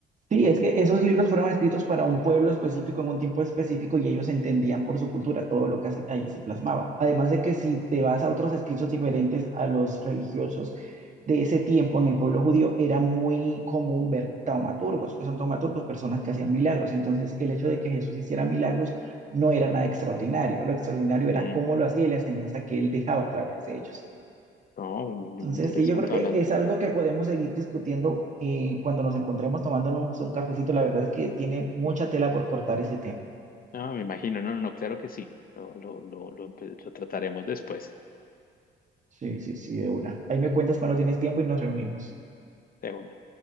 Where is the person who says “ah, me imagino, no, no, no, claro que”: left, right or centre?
Left